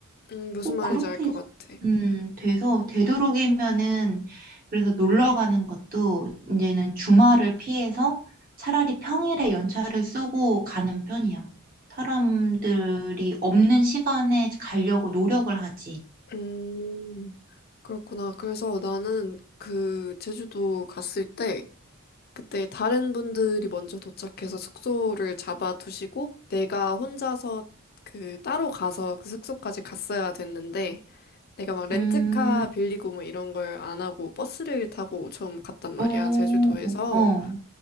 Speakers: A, on the left; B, on the right.
A: 응, 무슨
B: 꼭
A: 말인지
B: 그렇게
A: 알 것 같아.
B: 음 돼서 되도록이면은 그래서 놀러 가는 것도 이제는 주말을 피해서 차라리 평일에 연차를 쓰고 가는 편이야. 사람들이 없는 시간에 가려고 노력을 하지.
A: 음, 그렇구나. 그래서 나는 그 제주도 갔을 때, 그때 다른 분들이 먼저 도착해서 숙소를 잡아두시고 내가 혼자서 그 따로 가서 그 숙소까지 갔어야 됐는데 내가 막 렌트카
B: 음,
A: 빌리고 뭐 이런 걸 안 하고 버스를 타고 처음 갔단 말이야
B: 오,
A: 제주도에서
B: 어,